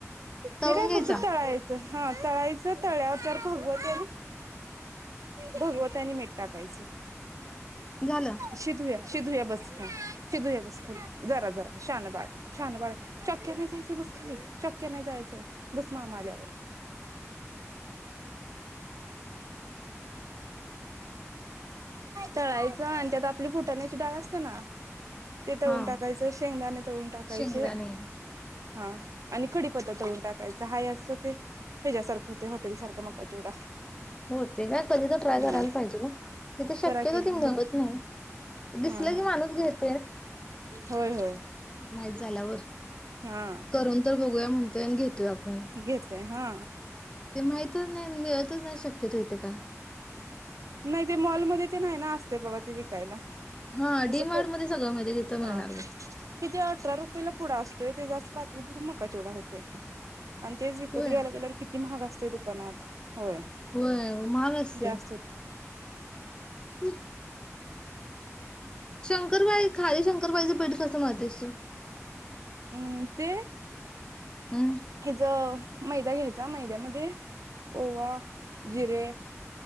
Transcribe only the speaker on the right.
ते काय
फक्त तळायचं हा तळायचं तळल्यावर जरा भगवत भगवत आणि मीठ टाकायचं.
शी तुझ्या शि धुवूया बस खाली शि धुवूया बस खाली जरा जरा शान बाळ शान बाळ आहे चॉकी आणाय जायचं बसखाली चॉकी आणाय जायचंय बस मामा आल्यावर तळायचं आणि त्यात आपली फुटाण्याची डाळ असते ना ते तळून
टाकायचें, शेंगदाणे तळून टाकायचे.
हा आणि कडीपत्ता तळून टाकायचं हा असं ते ह्याच्यासारखं होतय हॉटेल सारखं मग चिवडा
हा
करा की घरी
हा
हा
होय होय.
हा
घेतय हा.
नाही ते मॉलमध्ये तेन आहे ना असतय बघा ते विकायला
असं
हा
किती अठरा रुपयला पुढं असत ते जास्त पाकी भरून मक्का चिवढा होतय. आणि तेच विकत
घ्यायला गेल्यावर किती महाग असत दुकानात होय
जास्त
हम्म ते
हेज मैदा घ्यायचा मैद्यामध्ये ओवा, जिरे,